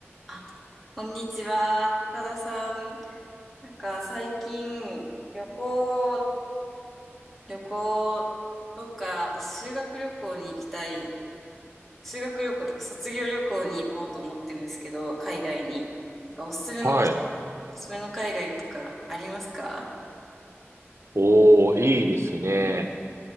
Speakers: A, in the centre; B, on the right.
A: あ、こんにちは、高田さん。なんか最近、旅行、旅行とか、私修学旅行に行きたい、修学旅行とか卒業旅行に行こうと思ってるんですけど、海外に。なんかおすすめの場所、
B: はい。
A: おすすめの海外とかありますか
B: おー、いいですね。